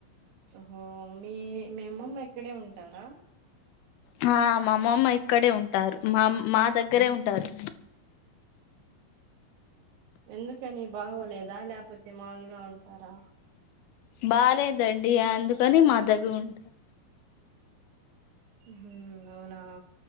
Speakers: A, on the right; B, on the left.
A: ఓ మీ మీ అమ్మమ్మ ఎక్కడే ఉంటారా
B: హా మమ్మమ్మ అక్కడే ఉంటారు. మా మా దగ్గరే ఉంటారు
A: ఎందుకని బాగోలేదు చపో మాలుగా ఉంటారా బ
B: బాలేదండి అందుకని మా దగ్గర ఉంటారు
A: హ అవునా